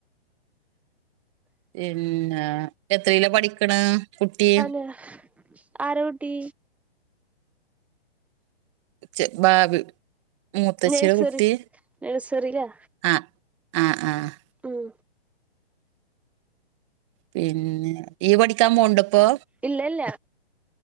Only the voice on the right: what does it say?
പിന്ന എത്രേയ്ലാ പഠിക്കണ കുട്ടി
ചെ ബാവി മുത്തശ്ശിടെ
കുട്ടി
ആ ആ ആഹ്
പിന്നെ യ്യ് പഠിക്കാൻ പോണ്ടപ്പൊ